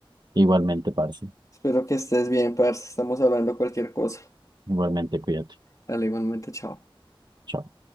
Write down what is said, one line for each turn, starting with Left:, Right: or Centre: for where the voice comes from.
Right: Igualmente, parce.
Left: Espero que estés bien, parce. Estamos hablando cualquier cosa.
Right: Igualmente, cuídate.
Left: Dale, igualmente, chao.
Right: Chao.